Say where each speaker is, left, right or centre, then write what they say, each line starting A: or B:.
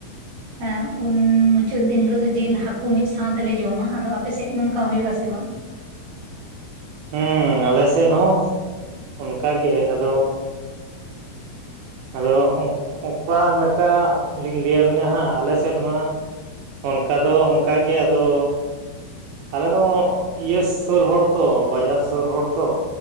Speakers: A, on the right; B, on the right.
A: ᱦᱮᱸ ᱩᱱᱻ ᱢᱩᱪᱟᱹᱫ ᱫᱤᱱ ᱦᱤᱞᱚᱜ ᱫᱚ ᱡᱤᱞ ᱦᱟᱠᱩ ᱢᱤᱫ ᱥᱟᱶ ᱛᱮᱞᱮ ᱡᱚᱢᱟ ᱟᱫᱚ ᱟᱯᱮ ᱥᱮᱡ ᱱᱚᱝᱠᱟ ᱦᱩᱭᱩᱜ-ᱟ ᱥᱮ ᱵᱟᱝ?
B: ᱦᱩᱸ ᱟᱞᱮ ᱥᱮᱫ ᱦᱚᱸ ᱚᱱᱠᱟ ᱜᱮ ᱟᱫᱚ
A: <inaudible>
B: ᱟᱫᱚ ᱚᱸᱠ ᱚᱠᱟ ᱞᱮᱠᱟ ᱞᱤᱧ ᱞᱟᱹᱭ ᱭᱟᱵᱤᱱᱟ ᱦᱟᱸᱜ ᱟᱞᱮ ᱥᱮᱫᱽ ᱢᱟ ᱚᱱᱠᱟ ᱫᱚ ᱚᱱᱠᱟ ᱜᱮ ᱟᱫᱚ ᱟᱞᱮ ᱫᱚ ᱚᱸᱻ ᱤᱭᱟᱹ ᱥᱩᱨ ᱦᱚᱲ ᱛᱚ ᱵᱟᱡᱟᱨ ᱥᱩᱨ ᱦᱚᱲ ᱛᱚ᱾